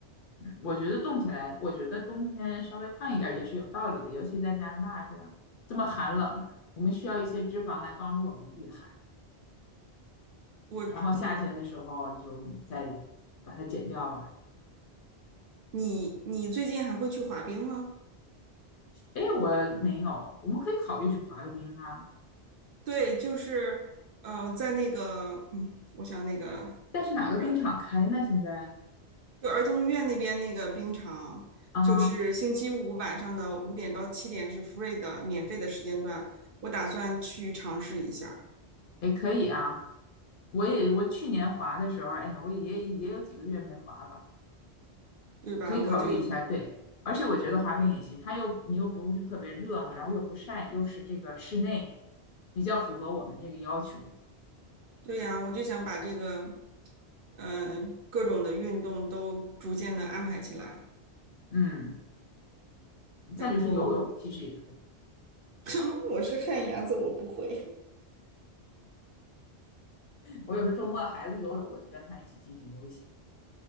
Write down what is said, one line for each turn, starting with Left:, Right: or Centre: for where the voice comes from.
Left: 我觉得冻起来，我觉得冬天稍微胖一点儿也是有道理的，尤其在加拿大是吧？这么寒冷，我们需要一些脂肪来帮助我们御寒，
Right: 我，
Left: 然后夏天的时候就再
Right: 嗯，
Left: 把它减掉吧。
Right: 你你最近还会去滑冰吗？
Left: 哎，我没有，我们可以考虑去滑个冰啊，
Right: 对，就是，嗯，在那个，嗯，我想那个，
Left: 但是哪个冰场开呢？
Right: 呃
Left: 现在
Right: 就儿童医院那边那个冰场，
Left: 啊，
Right: 就是星期五晚上的五点到七点是 free 的免费的时间段，我打算去尝试一下，
Left: 哎，可以啊，我也我去年滑的时候，哎呀，我也也有几个月没滑了。
Right: 对吧？
Left: 可以考虑一下，
Right: 我就
Left: 对。而且我觉得滑冰也行，它又你又不是特别热嘛，然后又不晒，又是这个室内，比较符合我们这个要求。
Right: 对呀，我就想把这个，嗯、各种的运动都逐渐的安排起来，
Left: 嗯，
Right: 然后，
Left: 再就是游泳，其实也可以。
Right: <laughs> 我是旱鸭子，我不会。
Left: 我有时候周末孩子游泳，我就跟他一起进去游一下。